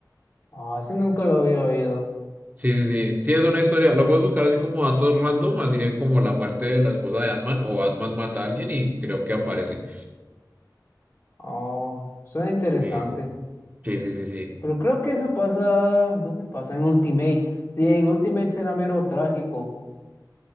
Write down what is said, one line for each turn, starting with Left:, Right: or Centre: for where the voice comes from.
Left: Ah, ese nunca lo había oído.
Right: Sí, sí, sí. Sí, es una historia. Lo puedes buscar así como datos random, así de como la muerte de la esposa de Ant-Man o Ant-Man mata a alguien y creo que aparece.
Left: Oh, suena interesante.
Right: Sí, sí, sí, sí, sí.
Left: Pero creo que eso pasa, ¿dónde pasa? En Ultimates. Sí, en Ultimates era mero trágico.